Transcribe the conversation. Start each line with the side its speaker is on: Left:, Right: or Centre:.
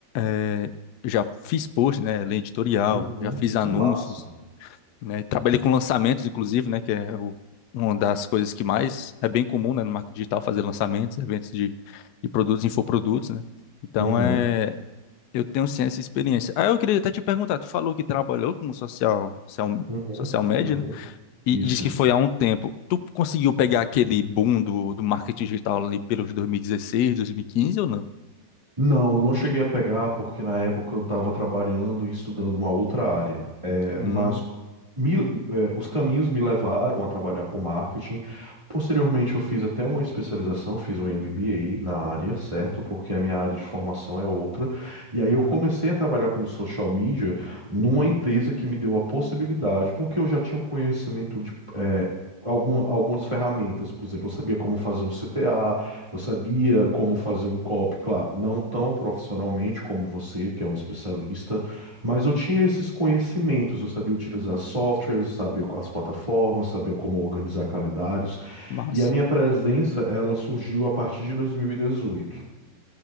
Left: é, já fiz post, né, linha editorial,
Right: uhum.
Left: já fiz anúncios,
Right: Que massa.
Left: né, trabalhei com lançamentos, inclusive, né, que é o, uma das coisas que mais é bem comum, né, no marketing digital, fazer lançamentos, eventos de, de produtos, infoprodutos, né. Então,
Right: Uhum.
Left: é, eu tenho sim essa experiência. Ah, eu queria até te perguntar, tu falou que trabalhou como social, social,
Right: Uhum,
Left: social media,
Right: uhum.
Left: né? E
Right: Isso.
Left: diz que foi há um tempo. Tu conseguiu pegar aquele boom do, do marketing digital ali pelos 2016, 2015 ou não?
Right: Não, eu não cheguei a pegar porque na época eu estava trabalhando e estudando uma outra área. É,
Left: Hum,
Right: mas me- é, os caminhos me levaram a trabalhar com marketing. Posteriormente, eu fiz até uma especialização, fiz um MBA na área, certo? Porque a minha área de formação é outra. E aí eu
Left: aham.
Right: comecei a trabalhar como social media numa empresa que me deu a possibilidade, porque eu já tinha um conhecimento de. é, algum- algumas ferramentas, por exemplo, eu sabia como fazer um CTA, Eu sabia como fazer um copy, claro, não tão profissionalmente como você, que é um especialista, mas eu tinha esses conhecimentos, eu sabia utilizar softwares, sabia as plataformas, sabia como organizar calendários,
Left: Massa.
Right: e a minha presença, ela surgiu a partir de 2018.